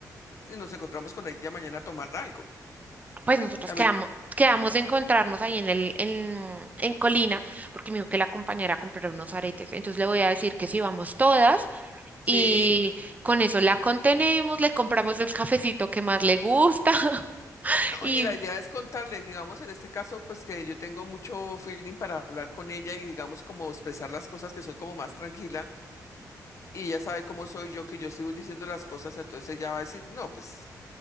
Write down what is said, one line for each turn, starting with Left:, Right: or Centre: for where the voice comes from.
Left: y nos encontramos con ella mañana a tomar algo.
Right: pues nosotros
Left: A
Right: quedamos.
Left: ver,
Right: Quedamos de encontrarnos ahí en el, en, en Colina, porque me dijo que la compañera comprará unos aretes. Entonces le voy a decir que si vamos todas,
Left: sí.
Right: y con eso la contenemos, le compramos el cafecito que más le gusta <laughs>
Left: No,
Right: y...
Left: y la idea es contarle, digamos, en este caso, pues que yo tengo mucho feeling para hablar con ella y digamos como expresar las cosas que soy como más tranquila y ella sabe cómo soy yo, que yo sigo diciendo las cosas, entonces ella va a decir, no, pues